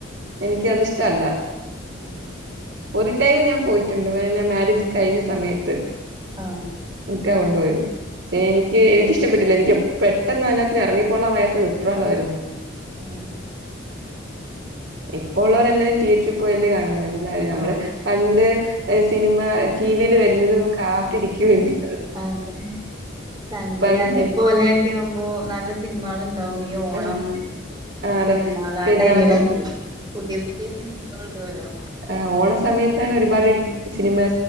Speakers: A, on the right (about 65°); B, on the right (about 25°).
A: എനിക്കതിഷ്ടല്ല
B: ആഹ്
A: ഒരു ടൈം ഞാൻ പോയിട്ടുണ്ട് പിന്നെ മാരേജ് കഴ്ഞ്ഞ സമയത്ത്
B: ആ
A: <unintelligible> കൊണ്ട്പോയത് പക്ഷെ എനിക്ക് എനിക്കിഷ്ട ഇഷ്ടപ്പെട്ടില്ല എനിക്ക് പെട്ടെന്ന് അതിനകത്ത്ന്ന് എറങ്ങിക്കൊള്ളാൻവയ്യാത്ത വെപ്രാളായ്ര്ന്ന്
B: ആ
A: ഇപ്പോള്ളോരെല്ലാം തിയേറ്ററിൽ പോയല്ലേ കാണുന്നെ എല്ലാരും നമ്മള്
B: ആഹ്
A: പണ്ട് സിനിമ ടീവീൽ വരുന്നതും കാത്തിരിക്കൂല്ലേ
B: അതെ സൺണ്ടേ
A: അങ്ങനെ
B: അതേപോലൊക്കെ ആവുമ്പോ നല്ല സിന്മാൾ നൗമിയോ ഓണം
A: ആഹ് ആഹ്
B: പെരുന്നാൾ ആ
A: പെരുന്നാളൊക്കെല്ലേ
B: ടൈമിലൊക്കെ പുതിയ പുതിയ സിനിമൾ ഇടൊല്ലോ
A: ആ ഓണ സമയത്താണ് ഒരുപാട് സിനിമ